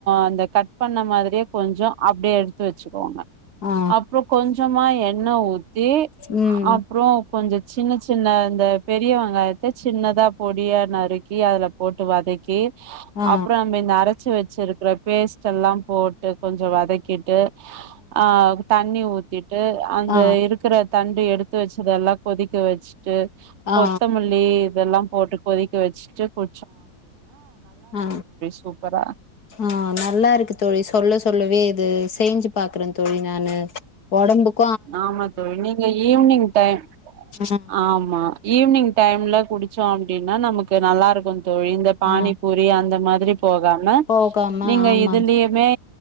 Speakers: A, on the right (about 55°); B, on the left (about 65°).
A: அந்த கட் பண்ண மாதிரியே கொஞ்சோ அப்பிடியே எடுத்து வச் ச்சி கோங்க
B: ஆ
A: அப்புறோ கொஞ்சமா எண் ண்ண ஊத் தி
B: ம்
A: அப்புறோ கொஞ்ச சின்ன சின்ன இந்த பெரிய வெங்காயத்த சின்னதா பொடியா நறுக்கி அதில போட்டு வதக்கி
B: ஆ
A: அப்புறோ நம்ம இந்த அர ச்சி வச்சிருக்கற பேஸ்ட் எல்லா போட்டு கொஞ்சோ வதக்கிட்டு ஆ தண்ணி ஊத் ர ட்டு அந்த
B: ஆ
A: இருக்கற தண்டு எடுத்து வச்சதெல்லா கொதிக்க வச்சிட்டு
B: ஆ
A: கொத்தமல்லி இதெல்லாம் போட்டுக் கொதிக்க வச்சுட்டு கு
B: ஆ
A: சூப்பரா
B: ஆ நல்லா இருக்கு தோழி சொல்ல சொல்லவே இது செஞ்சு பாக்குறே தோழி நானு ஒடம்புக்
A: ஆமா தோழி நீங்க ஈவி்னிங் டைம்
B: ஆ
A: ஆமா ஈனிங் டைம்ல குடிச்சோ அப்பிடின்னா நமக்கு நல்லா இருக்கு தோழி இந்த பானிபூரி
B: ஆ
A: அந்த மா போகாம
B: போகாம
A: நீங்க
B: ஆமா
A: இதுலியுமே